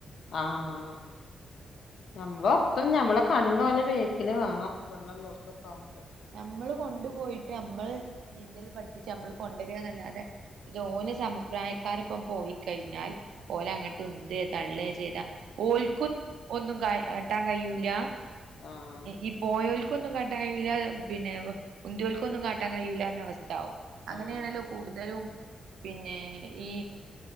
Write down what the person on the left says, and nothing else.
ആഹ് ഞമ്മളൊപ്പം ഞമ്മളെ കണ്ണോല ബേക്കില് വേണം വെള്ളള്ളോടത്തൊക്കെ ആവ്മ്പോ
ആഹ്
ആഹ്